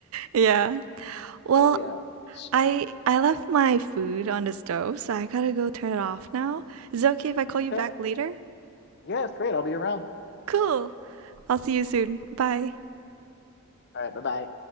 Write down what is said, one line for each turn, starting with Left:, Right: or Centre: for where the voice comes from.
Right: Yeah. Well,
Left: but yeah, so
Right: I I left my food on the stove, so I gotta go turn it off now. Is it okay if I call
Left: okay,
Right: you back later?
Left: yeah, it's great. I'll be around.
Right: Cool. I'll see you soon. Bye.
Left: All right, bye bye.